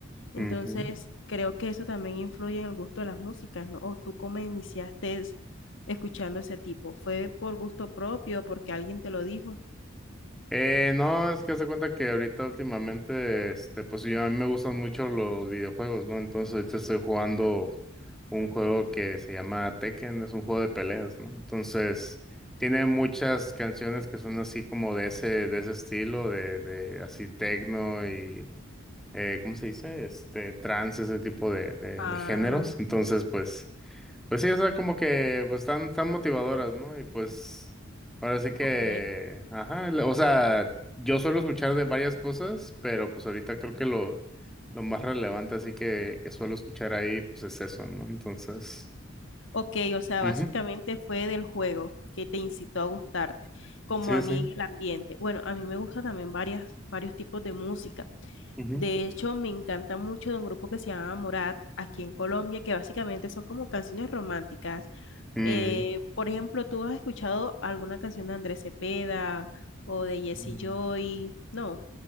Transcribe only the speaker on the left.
Entonces,
creo que eso también influye en el gusto de las músicas, ¿no? ¿O tú cómo iniciaste es- escuchando ese tipo? ¿Fue por gusto propio, porque alguien te lo dijo?
Ah,
ok.
Ok, o sea,
básicamente fue del juego que te incitó a gustarte, como
a
mí en el ambiente. Bueno, a mí me gusta también varias, varios tipos de música.
De hecho, me encanta mucho de un grupo que se llama Morat, aquí en Colombia, que básicamente son como canciones románticas.
Eh, por ejemplo, ¿tú has escuchado alguna canción de Andrés Cepeda o de Jesse
Joy? No,